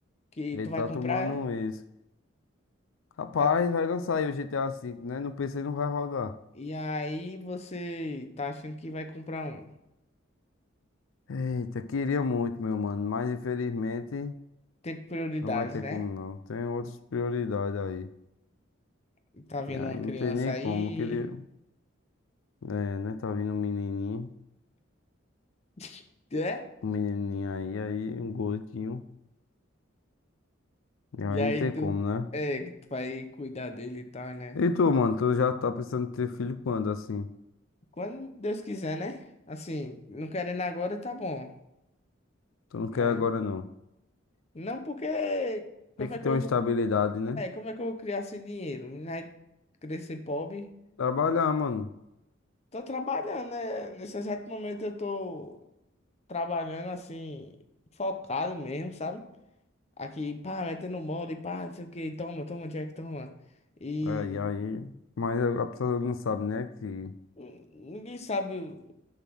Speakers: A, on the left; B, on the left.
A: que
B: Ele
A: tu
B: tá
A: vai comprar,
B: tomando
A: é?
B: um isso. Rapaz,
A: Tá?
B: vai lançar aí o GTA V, né? No PC não vai rodar.
A: E aí você tá achando que vai comprar um.
B: Eita, queria muito, meu mano, mas infelizmente
A: Tem prioridades,
B: não vai ter
A: né?
B: como não. Tem outras prioridades aí.
A: E Tá vindo
B: E aí
A: uma criança
B: não tem nem
A: aí,
B: como. Eu Queria, é, né? Tá vindo um menininho,
A: <laughs> é?
B: um menininho aí, aí um gordinho. E aí
A: E aí
B: não tem
A: tu,
B: como, né?
A: é, que tu vai cuidar dele e tal, né?
B: E tu, mano, tu já tá pensando em ter filho quando assim?
A: Quando Deus quiser, né? Assim, não querendo agora, tá bom.
B: Tu não
A: Mas
B: quer agora não.
A: não porque como
B: Tem que
A: é
B: ter
A: que eu
B: uma estabilidade,
A: vou,
B: né?
A: é, como é que eu vou criar sem dinheiro? Menina vai crescer pobre.
B: Trabalhar, mano.
A: Tô trabalhando, né? Nesse exato momento eu tô trabalhando assim, focado mesmo, sabe? Aqui, pá, metendo mole, pá, não sei o que, toma, toma, Jack, toma. E
B: É, e aí, mas a a pessoa não sabe, né? Que
A: hum, Ninguém sabe. o-